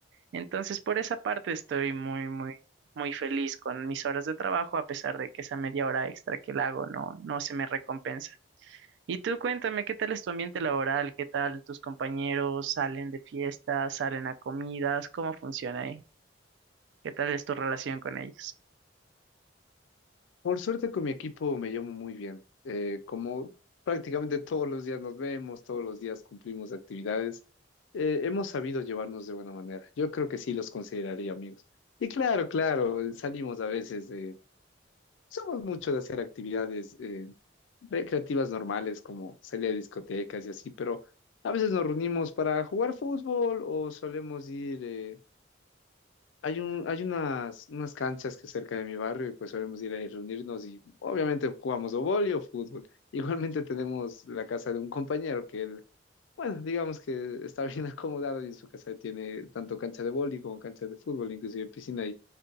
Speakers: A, on the right; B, on the left.
A: Entonces, por esa parte estoy muy, muy, muy feliz con mis horas de trabajo, a pesar de que esa media hora extra que la hago no, no se me recompensa. Y tú cuéntame, ¿qué tal es tu ambiente laboral? ¿Qué tal tus compañeros salen de fiestas, salen a comidas? ¿Cómo funciona ahí? ¿Qué tal es tu relación con ellos?
B: Por suerte con mi equipo me llevo muy bien. Eh, como prácticamente todos los días nos vemos, todos los días cumplimos actividades, eh, hemos sabido llevarnos de buena manera. Yo creo que sí los consideraría amigos. Y claro, claro, eh, salimos a veces de... Somos mucho de hacer actividades eh, recreativas normales como salir a discotecas y así, pero a veces nos reunimos para jugar fútbol o solemos ir... eh, hay un, hay unas, unas canchas que cerca de mi barrio y pues solemos ir ahí reunirnos y obviamente jugamos o vóley o fútbol. <laughs> Igualmente tenemos la casa de un compañero que él, bueno, digamos que está bien <laughs> acomodado y en su casa tiene tanto cancha de vóley como cancha de fútbol, inclusive piscina